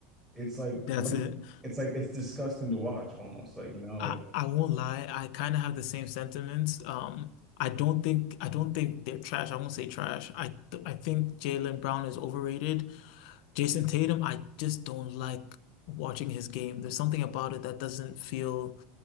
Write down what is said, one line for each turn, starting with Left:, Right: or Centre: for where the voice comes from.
Centre: it's like
Left: that's
Centre: what
Left: it.
Centre: it's like it's disgusting to watch almost like you know like
Left: I, I won't lie. I kind of have the same sentiments. Um, I don't think I don't think they're trash. I won't say trash. I I think Jaylen Brown is overrated. Jason Tatum, I just don't like watching his game. There's something about it that doesn't feel